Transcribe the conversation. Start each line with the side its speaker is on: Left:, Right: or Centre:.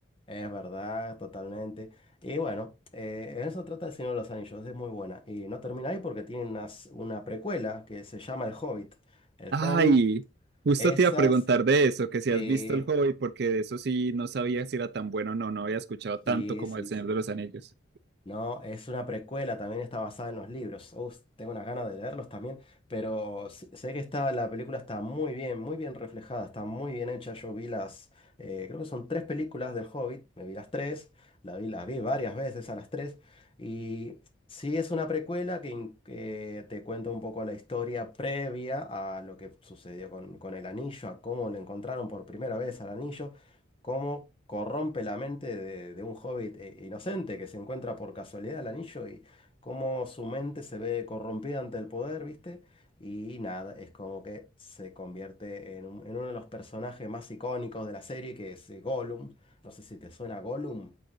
Left: es verdad, totalmente. Y bueno, eh, eso trata El Señor de los Anillos, es muy buena. Y no termina ahí porque tiene unas- una precuela que se llama El Hobbit. El
Right: Ay,
Left: Hobbit,
Right: justo
Left: esas,
Right: te iba a preguntar de eso, que si
Left: sí,
Right: has visto El Hobbit, porque de eso sí no sabía si era tan bueno o no, no había escuchado tanto
Left: sí,
Right: como
Left: sí,
Right: El Señor
Left: sí.
Right: de los Anillos.
Left: No, es una precuela, también está basada en los libros. Uf, tengo unas ganas de leerlos también, pero sé sé que está, la película está muy bien, muy bien reflejada, está muy bien hecha. Yo vi las, eh, creo que son tres películas del Hobbit, me vi las tres, la vi, las vi varias veces a las tres, y sí es una precuela que, in- que te cuenta un poco la historia previa a lo que sucedió con, con el anillo, a cómo le encontraron por primera vez al anillo cómo corrompe la mente de, de un hobbit eh, inocente que se encuentra por casualidad el anillo y cómo su mente se ve corrompida ante el poder, ¿viste? Y nada, es como que se convierte en, un- en uno de los personajes más icónicos de la serie, que es eh, Gollum. No sé si te suena Gollum.